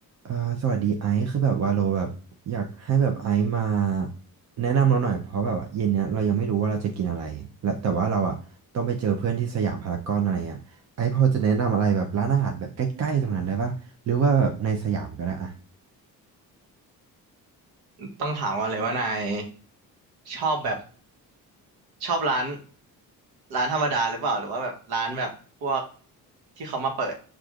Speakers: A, on the right; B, on the right.
A: อ่าสวัสดีไอซ์คือแบบว่าโลแบบอยากให้แบบไอซ์มาแนะนำเราหน่อยเพราะแบบว่าเย็นเนี้ยเรายังไม่รู้ว่าเราจะกินอะไรแล้วแต่ว่าเราอ่ะต้องไปเจอเพื่อนที่สยามพารากอนอะไรอ่ะไอซ์พอจะแนะนำอะไรแบบร้านอาหารแบบใกล้ๆตรงนั้นได้ปะหรือว่าแบบในสยามก็ได้อ่ะ
B: ต้องถามก่อนเลยว่านายชอบแบบชอบร้านร้านธรรมดาหรือเปล่าหรือว่าแบบร้านแบบพวกที่เขามาเปิด